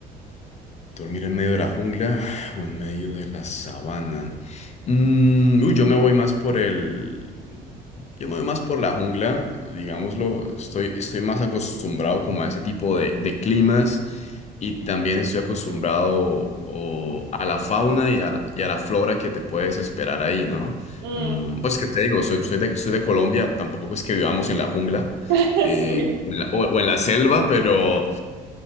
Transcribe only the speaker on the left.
Dormir en medio de la jungla <sighs> o en medio de la sabana. Mm, uy, yo me voy más por el... Yo me voy más por la jungla, digámoslo. Estoy, estoy más acostumbrado como a ese tipo de, de climas y también estoy acostumbrado o, a la fauna y a la, y a la flora que te puedes esperar ahí, ¿no?
Mm, pues que te digo, soy, soy de, soy de Colombia, tampoco es que vivamos en la jungla
eh,
o en la o- o en la selva, pero...